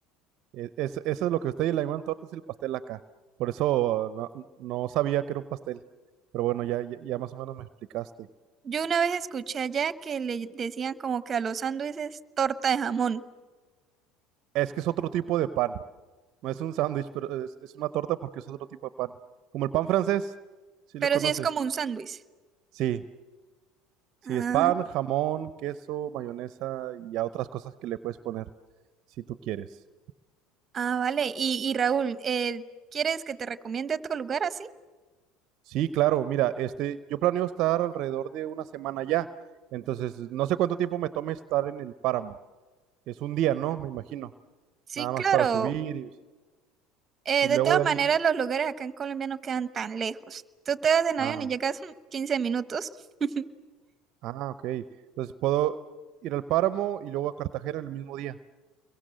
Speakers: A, on the right (about 60°); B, on the right (about 35°).
A: E- Es, eso es lo que ustedes le llaman torta, es el pastel acá. Por eso no, no sabía que era un pastel. Pero bueno, ya, ya, ya más o menos me explicaste.
B: Yo una vez escuché allá que le decían como que a los sándwiches torta de jamón,
A: Es que es otro tipo de pan. No es un sándwich, pero es, es una torta porque es otro tipo de pan. Como el pan francés, sí
B: pero
A: lo conoces.
B: sí es como un sándwich.
A: Sí, Sí,
B: Ah,
A: es pan, jamón, queso, mayonesa y a otras cosas que le puedes poner si tú quieres.
B: ah, vale. Y, y Raúl, eh, ¿quieres que te recomiende otro lugar así?
A: Sí, claro, mira, este, yo planeo estar alrededor de una semana ya, entonces no sé cuánto tiempo me tome estar en el páramo. Es un día, ¿no? Me imagino,
B: Sí,
A: nada más
B: claro.
A: para subir y,
B: Eh,
A: y
B: de
A: luego
B: todas
A: de
B: maneras,
A: ahí...
B: los lugares acá en Colombia no quedan tan lejos. Tú te vas en
A: Ah,
B: avión y llegas mm, 15 minutos. <laughs>
A: ah, ok. Entonces puedo ir al páramo y luego a Cartagena el mismo día.